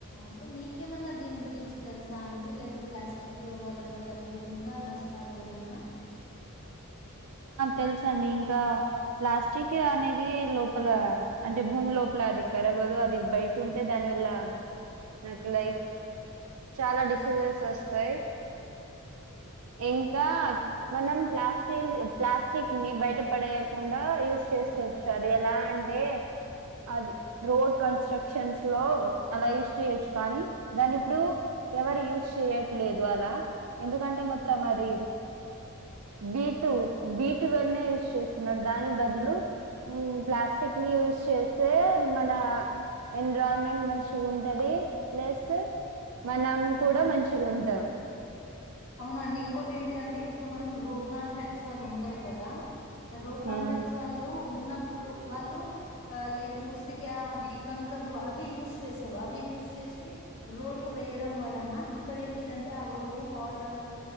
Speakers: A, on the left; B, on the right.
A: అంటే మీకేమన్నా దీని గురించి తెలుసా అండి లైక్ ప్లాస్టిక్ వలన కలిగే ఇంకా నష్టాలు ఏమన్నా
B: తెలుస అండి ఇంకా ప్లాస్టిక్ అనేది లోపల అంటే భూమి లోపల అది కరగదు అది బయట టే దాని వల్ల నాకు లైక్ చాలా డిసజెస్ వస్తాయి ఇంకా మనం ప్లాస్టి ప్లాస్టిక్ ని బయట పడేయకుండా యూస్ చేసుకోవచ్చు అది ఎలా అంటే అది రోడ్ కన్స్ట్ర <unintelligible> లో అలా యూస్ చేయొచ్చు కానీ దాని ఇప్పుడు ఎవరు యూస్ చేయట్లేదు అలా ఎందుకంటే మొత్తం అది బీ టూ బి టూ వల్నే యూజ్ చేస్తున్నారు దాని బదులు ప్లాస్టిక్ ని యూజ్ చేస్తే మన ఎన్విరాన్మెంట్ మంచిగా ఉంటది ప్లస్ మనం కూడా మంచిగా ఉంటాం
A: అవునండి ఇంకోటి ఏంటిదంటే ఇప్పుడు మనం రోడ్ కాంట్రాక్ట్ వాళ్ళు ఉంటారు కదా రోడ్ కాంట్రాక్ట్స్
B: హ్మ్
A: వాళ్ళు ఉన్న ఇప్పుడు వాళ్ళు లైక్ <unintelligible> అది కంకర్లు అవి యూస చేస్తారు అవి యూస్ చేసి రోడ్లు వేయడం వలన ఇక్కడ ఏంటిదంటే ఆ రోడ్లు వా <unintelligible>